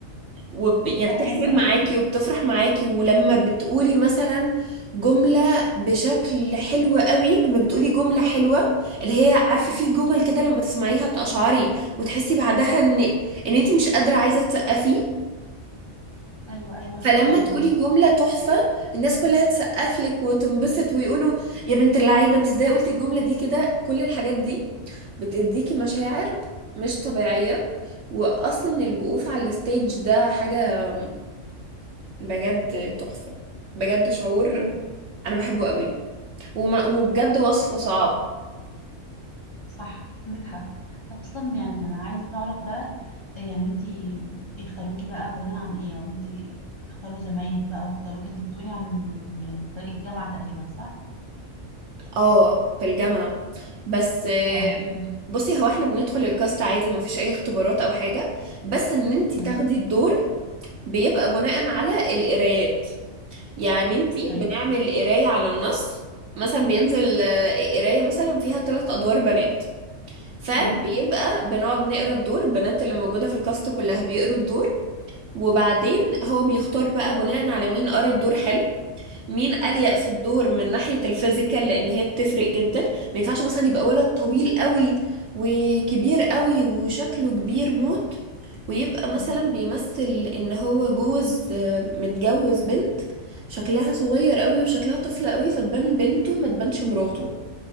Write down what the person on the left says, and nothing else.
دي حاجة
حلوة
قوي
مم.
مم.
أيوة أيوة
حاسة الموضوع
ده
طيب
صح عندك حق أصلا يعني أنا عايزة أعرف بقى يعني أنتي اختاروكي بقى بناء عن إيه أو أنتي تختاروا زمايلك بقى واختاروكي أنتي بتقولي عن من طريق الجامعة تقريبا صح؟
أه أه.
أمم.
أيوة
أمم.
مم.